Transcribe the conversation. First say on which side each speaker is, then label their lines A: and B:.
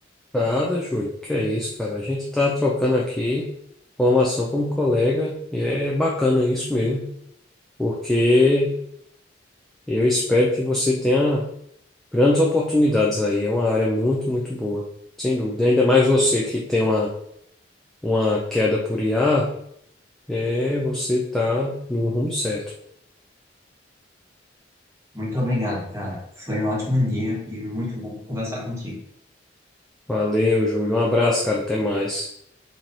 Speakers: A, in the centre; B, on the right.
A: Nada, Júlio. Que é isso, cara? A gente tá trocando aqui formação como colega e é bacana isso mesmo, porque eu espero que você tenha grandes oportunidades aí. É uma área muito, muito boa, sem dúvida. Ainda mais você que tem uma, uma queda por IA, é, você tá no rumo certo.
B: Muito obrigado, cara. Foi um ótimo dia e muito bom conversar contigo.
A: Valeu, Júlio. Um abraço, cara. Até mais.